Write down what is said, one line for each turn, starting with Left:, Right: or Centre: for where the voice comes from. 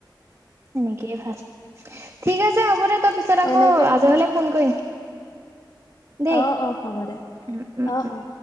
Right: এনেকেই ভাল ঠিক আছে হ'ব দে তই পিছত আকৌ
Left: এনেকে
Right: আজি হলে ফোন কৰিম। দেই
Left: অ', অ', হ'ব দে
Right: উম উম উম
Left: অ অ',